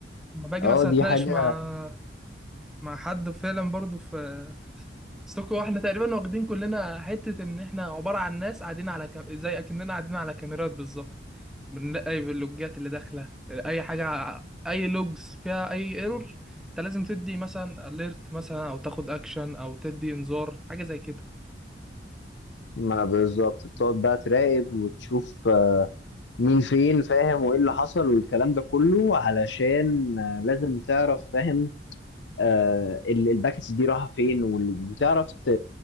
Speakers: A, in the centre; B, on the left.
A: لما باجي
B: اه
A: مثلا
B: دي
A: اتناقش
B: حاجه
A: مع مع حد فعلا برضو في سوكو واحنا تقريبا واخدين كلنا حتة ان احنا عبارة عن ناس قاعدين على كام... زي اكننا قاعدين على كاميرات بالظبط بنلاقي اي اللوجات اللي داخلة اي حاجة اي لوجز فيها اي ايرور انت لازم تدي مثلا اليرت مثلا او تاخد اكشن او تدي انذار حاجة زي كده
B: ما بالظبط بتقعد بقى تراقب وتشوف مين فين فاهم وايه اللي حصل والكلام ده كله علشان آه، لازم تعرف فاهم آه، ال- الباكتس دي رايحه فين وال- وتعرف ت-